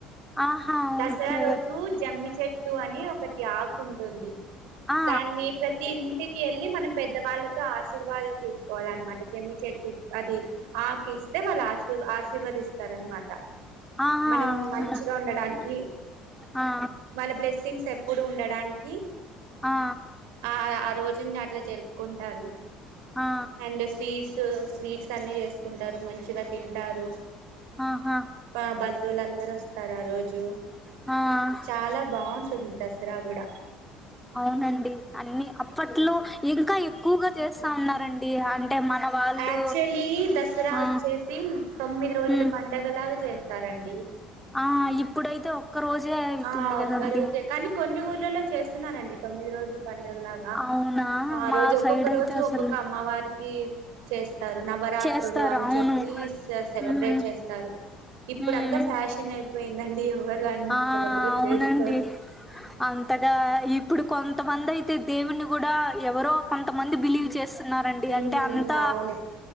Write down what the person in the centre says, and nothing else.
ఆహా
ఓకే
ఆ
ఆహా
అవునా
ఆ
ఆ
ఆ
ఆహా
హా
అవునండి అన్నీ అప్పట్లో ఇంకా ఎక్కువ్గా చేస్తా ఉన్నారండి హంటే మన వాళ్ళు
ఆ
ఉమ్
ఆ ఇప్పుడైతే ఒక్క రోజే అయితుంది
కదండి
అవునా
మా
సైడ్ అయితే
అసలు
చేస్తారు
అవును
ఉహు.
ఉమ్
ఆ
అవునండి
అంతగా ఇప్పుడు కొంతమంది అయితే దేవుని కూడా ఎవరో కొంతమంది బిలీవ్ చేస్త రారండి
అంటే అంత